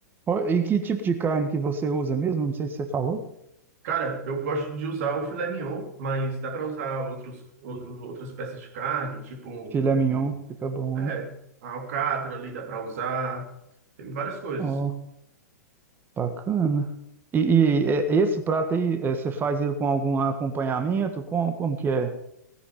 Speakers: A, on the right; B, on the right.
A: Ó, E que tipo de carne que você usa mesmo? Não sei se você falou.
B: Cara, eu gosto de usar o filé mignon, mas dá para usar outros, outro, outras peças de carne, tipo um,
A: Filé mignon,
B: um-
A: fica bom,
B: é,
A: hein?
B: a alcatra ali dá para usar, tem várias coisas.
A: Ó, bacana. E, e, é, esse prato aí, é, você faz ele com algum acompanhamento? Com, como que é?